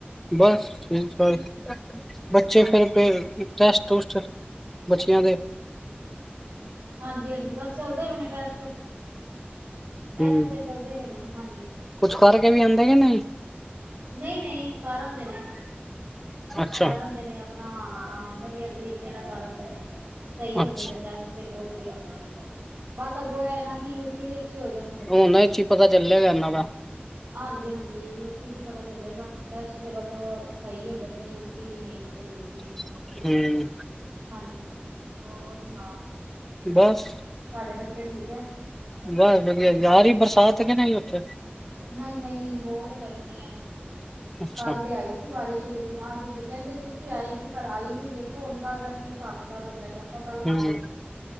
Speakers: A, in the centre; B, on the right.
A: ਬਸ ਠੀਕ ਠਾਕ ਬੱਚੇ
B: ਹਾਂਜੀ
A: ਫਿਰ ਪ ਟੈਸਟ ਟੂਸਟ <unintelligible> ਬਚੀਆਂ ਦੇ
B: ਹਾਂਜੀ, ਹਾਂਜੀ ਬਸ ਚਲਦੇ ਪੇ ਨੇ ਟੈਸਟ ਟੈਸਟ
A: ਹੂੰ
B: ਤੇ ਚਲਦੇ ਪੇ ਨੇ ਹਾਂਜੀ
A: ਕੁਛ ਕਰਕੇ ਵੀ ਆਂਦੇ ਯਾ ਨਈ
B: ਨਈ ਨਈ ਕਾਰ ਆਂਦੇ ਨੇ
A: ਅੱਛਾ
B: ਕਾਰ ਆਂਦੇ ਨੇ ਆਪਣਾ ਹਾਂ ਵਧੀਆ ਤਰੀਕੇ ਨਾਲ ਕਰ ਆਦੇ ਨੇ ਸਹੀ ਹੁੰਦੇ
A: ਅੱਛਾ
B: ਪਏ ਟੈਸਟ ਤੇ ਬਹੁਤ ਵਧੀਆ ਹੁੰਦੇ ਪ ਨੇ ਬਸ ਅੱਗੋਂ ਇਹ ਨਾ ਕਿ ਯੂਟੀ ਵੀ ਅੱਛੇ ਹੋ ਜਾਣ
A: ਹੁ ਨਾ ਚ ਹੀ ਪਤਾ ਚੱਲਿਆਗਾ ਇਹਨਾ ਦਾ
B: ਹਾਂਜੀ ਹਾਂਜੀ ਯੂ ਟੀ ਜੀ ਪਤਾ ਚੱਲੇਗਾ ਟੈਸਟ ਤੇ ਬਸ ਉਹ ਸਹੀ ਹੁੰਦੇ ਪ ਯੂਟੀ ਜੀ ਮੇਨ ਨੇ ਤੇ ਯੂ
A: ਠੀਕ
B: ਹਾਂਜੀ, ਹਾਂਜੀ ਹੋਰ ਸੁਣਾਓ
A: ਬਸ
B: ਤੁਹਾਡੇ ਬੱਚੇ ਠੀਕ ਏ
A: ਬੱਸ ਵਧੀਆ ਆ ਰਹੀ ਹੈ ਬਰਸਾਤ ਕ ਨਹ ਓਥੇ
B: ਨਈ ਨਈ ਬੋਹਤ ਗਰਮੀ ਏ
A: ਅੱਛਾ
B: ਕੱਲ ਤੇ ਆਈ ਸੀ ਬਾਰਿਸ਼ ਲੇਕਿਨ ਅੱਜ ਤੇ ਕਹੰਦੇ ਸੀ ਕਿ ਆਏਗੀ ਪਰ ਆਈ ਨੀ ਵੇਖੋ ਹੁਣ ਕੱਲ ਦਾ ਕੀ ਹਿਸਾਬ ਪਤਾ ਬੰਦਾ ਕ ਤਾਂ ਕੱਲ
A: ਹੂੰ
B: ਆ ਜੇ